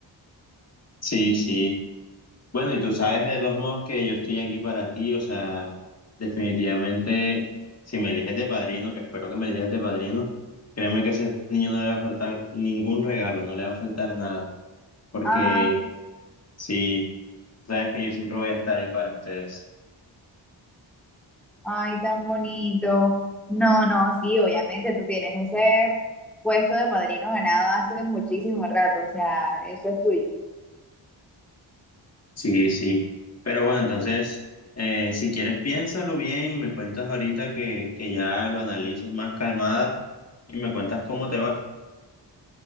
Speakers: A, on the left (about 35°); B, in the centre.
A: Sí, sí. Bueno, y tú sabes de todos modos que yo estoy aquí para ti, o sea, definitivamente, si me eliges de padrino, que espero que me elijas de padrino, créeme que ese niño no le va a faltar ningún regalo, no le va a faltar nada, porque
B: Ay,
A: sí, sabes que yo siempre voy a estar ahí para ustedes.
B: ay, tan bonito. No, no, sí, obviamente tú tienes ese puesto de padrino ganado hace muchísimo rato, o sea, eso es tuyo.
A: Sí, sí. Pero bueno, entonces, eh, si quieres, piénsalo bien y me cuentas ahorita que, que ya lo analices más calmada y me cuentas cómo te va.